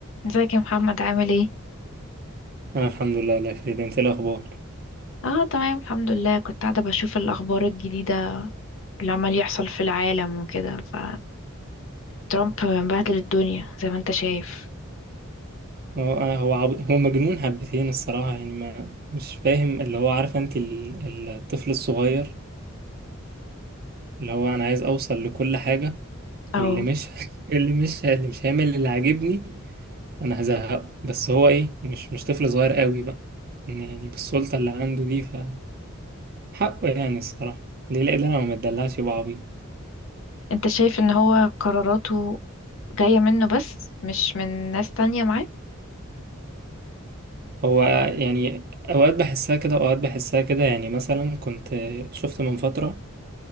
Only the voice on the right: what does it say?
انا الحمد لله والله يا فريد انت إيه الاخبار
هو أنا- هو عب... هو مجنون حبتين الصراحه يعني ما مش فاهم اللي هو عارف انت ال... الطفل الصغير اللي هو انا عايز اوصل لكل حاجه
واللي مش <laughs> اللي مش اللي مش هيعمل اللي عاجبني انا هزهقه بس هو ايه مش مش طفل صغير قوي بقى إن يعني بالسلطه اللي عنده دي ف حقه يعني الصراحه ليه لا انا ما اتدلعش يبقى عبيط
هو يعني اوقات بحسها كده اوقات بحسها كده يعني مثلا كنت شفت من فتره